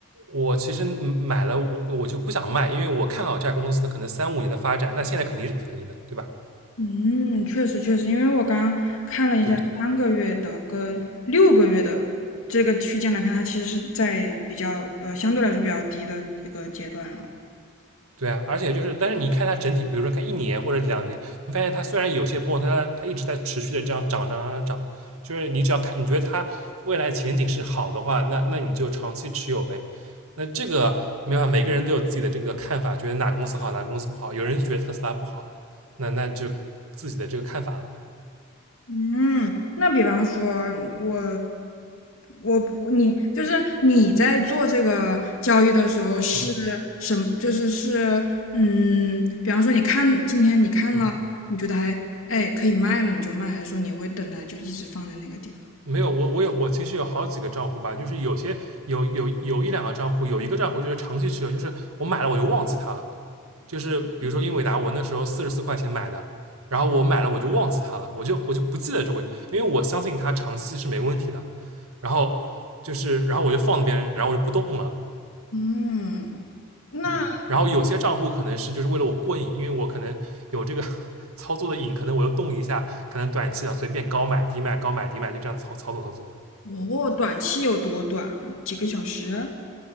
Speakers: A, on the right (about 80°); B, on the left (about 65°).
A: 我其实买了，我我就不想卖，因为我看好这家公司的可能三五年的发展，那现在肯定是便宜的，对吧？
B: 嗯，确实确实，因为我刚刚看了一下三个月的跟六个月的这个区间来看，
A: 对，
B: 它其实是在比较呃相对来说比较低的一个阶段了。
A: 对啊，而且就是，但是你看它整体，比如说看一年或者两年，你发现它虽然有些波动，它它一直在持续的这样涨涨涨涨，涨，就是你只要看，你觉得它未来前景是好的话，那那你就长期持有呗。那这个没办法，每个人都有自己的这个看法，觉得哪公司好，哪公司不好。有人就觉得特斯拉不好，那那就自己的这个看法了。
B: 嗯，那比方说，我我不你就是你在做这个交易的时候是什么？
A: 嗯
B: 就是是嗯，比方说你看今天你看了，
A: 嗯，
B: 你觉得还哎可以卖了，你就卖，还是说你会等它就一直放在那个地方？
A: 没有，我我有我其实有好几个账户吧，就是有些有有有一两个账户，有一个账户就是长期持有，就是我买了我就忘记它了。就是比如说英伟达，我那时候四十四块钱买的，然后我买了我就忘记它了，我就我就不记得就会，因为我相信它长期是没问题的。然后就是，然后我就放那边，然后我就不动了。
B: 嗯，那
A: 嗯，然后有些账户可能是就是为了我过瘾，因为我可能有这个 <laughs> 操作的瘾，可能我又动一下，可能短期的随便高买低卖，高买低卖，就这样操操作操作，
B: 我短期有多短啊？几个小时？